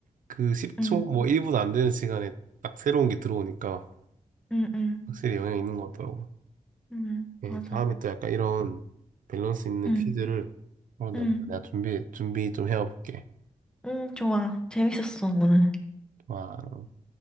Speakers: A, on the right; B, in the centre.
A: 그 10초,
B: 음,
A: 뭐 1분 안 되는 시간에 딱 새로운 게 들어오니까
B: 음, 음,
A: 확실히 영향이 있는 것 같더라고.
B: 음,
A: 예,
B: 맞아.
A: 다음에 또 약간 이런 밸런스 있는
B: 음,
A: 퀴즈를 한번
B: 음,
A: 내가 내가 준비, 준비 좀 해와볼게.
B: 음, 좋아. 재밌었어, 오늘.
A: 와.